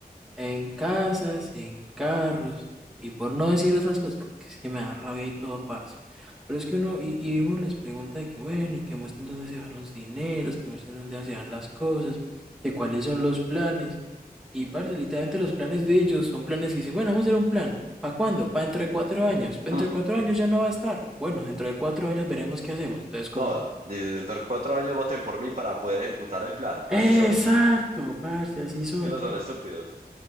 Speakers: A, in the centre; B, on the right (about 45°).
A: En casas, en carros, y por no decir otras cosas, que que es que me da rabia y todo, parce. Pero es que uno, y, y uno les pregunta de que, bueno, y que muestren dónde se van los dineros, que muestren dónde se van las cosas, que cuáles son los planes. Y, parce, literalmente los planes de ellos son planes que dicen, bueno, vamos a hacer un plan. ¿Para cuándo? Para dentro de cuatro años. Dentro
B: Mm,
A: de cuatro años ya no va a estar. Bueno, dentro de cuatro años veremos qué hacemos. Entonces, como,
B: No, desde
A: oiga.
B: cuatro años voten por mí para poder ejecutar el plan. Así
A: Exacto,
B: son.
A: parce, así son.
B: Es que no son estúpidos.